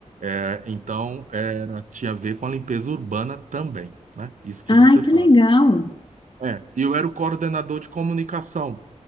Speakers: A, on the right (about 80°); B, on the left (about 40°).
A: É, então, era, tinha a ver com a limpeza urbana também, né? Isso que
B: Ah,
A: você
B: que
A: faz.
B: legal.
A: É, e eu era o coordenador de comunicação.